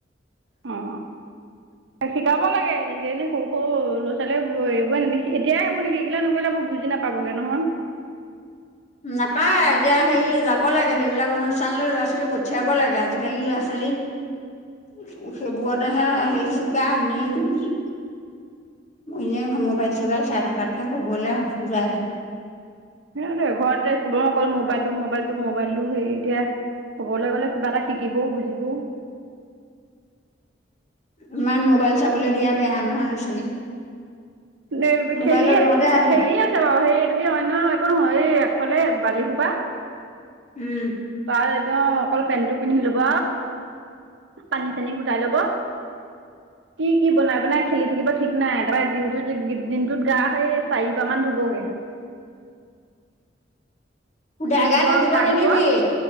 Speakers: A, on the left; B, on the right.
A: <unintelligible>
B: অ শিকাব লাগে, এইজনীকে এই সৰু সৰু ল'ৰা- ছোৱালীয়ে এইবোৰ এতিয়াই আবোৰ নিশিকিলে নকৰিলে বু বুজি না পাবগে নহয়।
A: নাপায় এতিয়া হেৰি যাব লাগে, সেইবিলাক অনুষ্ঠান ল ল'ৰা - ছোৱালী পঠিয়াব লাগে আজিকালি ল'ৰা - ছোৱালী সেইবোৰতেহে হেৰি চোকা এনেই। এনে মোবাইল চোবাইল চাই থকাতকে শুবলৈ যাই ভাল।
B: সেইটোৱে ঘৰতে স্কুলৰ অকল মোবাইলটো মোবাইলটো মোবাইলটো হেৰি এতিয়া ক'বলৈ গ'লে কিবা এটা শিকিবও বুজিবও।
A: ইমান মোবাইল চাবলৈ দিয়া বেয়া নহয় ল'ৰা- ছোৱালী।
B: এ
A: মোবাইলৰ
B: খেলি আ
A: জহতে আজি
B: খেলি আ চল সেই এইটো কি অন্য একো নহয় এই একফালে বালিসোপা
A: উম।
B: তাৰ একদম অকল পেণ্টটো পিন্ধি লব, পানী চানী গোটাই লব।
A: <inaudible>
B: কি কি বনাই বনাই খেলি থাকিব ঠিক নাই, তাৰপৰা দিনটোত দিনটোত গা সেই চাৰিবাৰ মান ধুবগে।
A: সোধা
B: খেলিব
A: গাই থাকিব
B: আৰু গা
A: নিদিবি
B: ধুব,